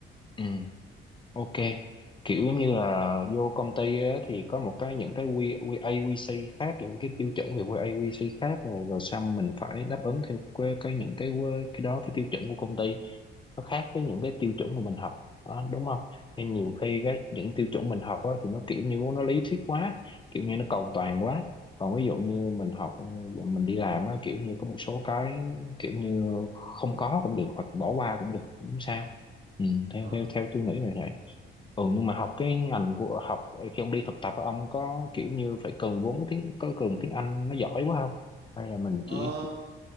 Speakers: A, on the left; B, on the right.
A: ừ. Ok, kiểu giống như là vô công ty á, thì có một cái những cái quy quy AQC khác những cái tiêu chuẩn về quy AQC khác rồi, rồi xong mình phải đáp ứng theo cái, cái những cái quy- cái đó cái tiêu chuẩn của công ty nó khác với những cái tiêu chuẩn mà mình học đó, đúng không? Nên nhiều khi cái những tiêu chuẩn mình học á, thì nó kiểu như nó lý thuyết quá, kiểu như nó cầu
B: Ừ.
A: toàn quá. Còn ví dụ như mình học mình đi làm á, kiểu như có một số cái kiểu như không có cũng được hoặc bỏ qua cũng được cũng sao. Ừ, theo
B: Ờ.
A: theo theo tôi nghĩ này ừ nhưng mà học cái ngành của học khi ông đi thực tập á, ông có kiểu như phải cần vốn tiếng có cần tiếng Anh nó giỏi quá không hay là mình
B: Ờ,
A: chỉ kiểu